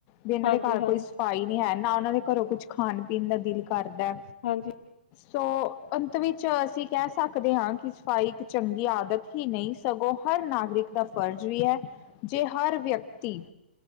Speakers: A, on the left (about 25°); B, on the left (about 45°).
A: ਵੀ ਇਹਨਾਂ ਦੇ
B: ਹਾਂਜੀ
A: ਘਰ ਕੋਈ
B: ਹਾਂਜੀ
A: ਸਫ਼ਾਈ ਨਹੀਂ ਹੈ ਨਾ ਉਹਨਾਂ ਦੇ ਘਰੋਂ ਕੁੱਛ ਖਾਣ-ਪੀਣ ਦਾ ਦਿਲ ਕਰਦਾ।
B: ਹਾਂਜੀ।
A: ਸੋ, ਅੰਤ ਵਿੱਚ ਅਸੀਂ ਕਹਿ ਸਕਦੇ ਹਾਂ ਕਿ ਸਫ਼ਾਈ ਇੱਕ ਚੰਗੀ ਆਦਤ ਹੀ ਨਹੀਂ। ਸਗੋਂ ਹਰ ਨਾਗਰਿਕ ਦਾ ਫਰਜ਼ ਵੀ ਹੈ ਜੇ ਹਰ ਵਿਅਕਤੀ